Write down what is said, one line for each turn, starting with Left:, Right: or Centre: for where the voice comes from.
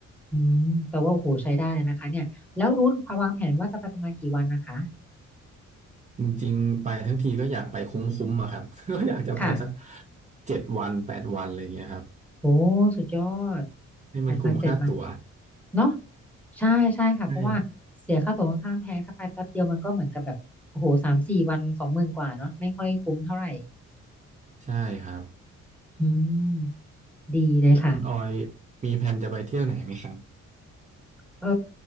Centre: อืมแต่ว่าโอ้โหใช้ได้เลยนะคะเนี่ยแล้วรูทวางแผนว่าจะไปประมาณกี่วันนะคะ
Right: จริงๆไปทั้งทีก็อยากไปคุ้มๆอะครับ <laughs> ก็อยากจะไปสัก
Centre: ค่ะ
Right: เจ็ดวันแปดวันอะไรเงี้ยครับ
Centre: โอ้สุดยอด
Right: ให้มันคุ้มค่าตั๋ว
Centre: แปดวันเจ็ดวันเนาะใช่ใช่ค่ะเพราะว่าเสียค่าตั๋วค่อนข้างแพงถ้าไปแป๊บเดียวมันก็เหมือนกับแบบโอ้โหสามสี่วันสองหมื่นกว่าเนาะไม่ค่อยคุ้มเท่าไหร่
Right: ใช่ใช่ครับ
Centre: อืมดีเลยค่ะ
Right: แล้วคุณออยมีแผนจะไปเที่ยวไหนไหมครับ
Centre: เออ